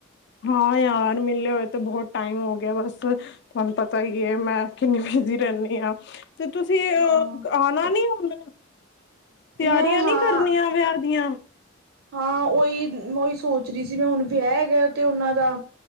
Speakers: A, on the left; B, on the right.
A: ਹਾਂ ਯਾਰ ਮਿਲੇ ਹੋਏ ਤਾਂ ਬਹੁਤ ਟਾਈਮ ਹੋ ਗਿਆ ਬਸ, ਤੁਹਾਨੂੰ ਪਤਾ ਹੀ ਹੈ ਮੈਂ ਕਿੰਨਨੀ ਬੀਜ਼ੀ ਰਹਿੰਦੀ ਹਾਂ, ਤੇ ਤੁਸੀਂ ਅਹ
B: ਹਾਂ।
A: ਆਣਾ ਨੀ ਹੁਣ? ਤਿਆਰੀਆਂ
B: ਮੈਂ
A: ਨਹੀਂ
B: ਹਾਂ
A: ਕਰਨੀਆਂ ਵਿਆਹ ਦੀਆਂ?
B: ਹਾਂ ਓਹੀ, ਓਹੀ ਸੋਚ ਰਹੀ ਸੀ ਮੈਂ। ਹੁਣ ਵਿਆਹ ਹੈਗਾ ਤੇ ਉਹਨਾਂ ਦਾ।